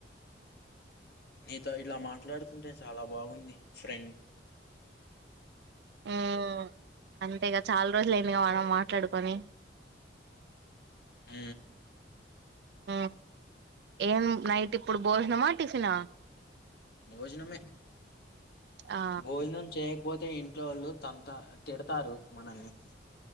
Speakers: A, on the left (about 60°); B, on the right (about 65°).
A: నీతో ఇలా మాట్లాడుతుంటే చాల బాగుంది ఫ్రెండ్
B: ఉ అంతేగా చాల రోజులు అయ్యింది కద మనం మాట్లాడుకొని
A: ఉ
B: ఆ ఏం నైట్ ఇప్పుడు భోజనమా టిఫిన
A: భోజనమే
B: ఆ
A: భోజనం చేయకపోతే ఇంట్లో వోళ్ళు తంత తిడతారు మనల్ని